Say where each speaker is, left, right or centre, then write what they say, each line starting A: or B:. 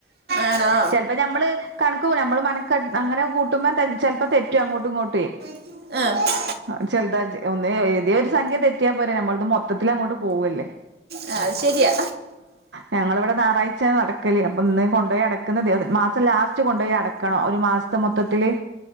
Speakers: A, on the right; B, on the right.
A: ആണോ
B: ചെലപ്പ ഞമ്മള് കണക്ക് കൂ ഞമ്മള് മനക്കണ അങ്ങനെ കൂട്ടുമ്പോ ചെലപ്പ തെറ്റും അങ്ങോട്ടു ഇങ്ങോട്ട്വേ
A: ആഹ്
B: അഹ് ചെലതാ ഒന്ന് ഏതേ ഒരു സംഖ്യ തെറ്റിയാ പോരേ ഞമ്മൾത് മൊത്തത്തിലങ്ങോട്ട് പോവല്ലേ
A: ആ, ശരിയാ
B: ഞങ്ങള ഇവിടെ ഞാറാഴ്ച്യാ നടക്കല്. അപ്പന്ന് കൊണ്ടോയി അടക്ക്ന്ന ദിവ മാസം ലാസ്റ്റ് കൊണ്ടോയി അടക്കണം ഒരു മാസ് ത് മൊത്തത്തില്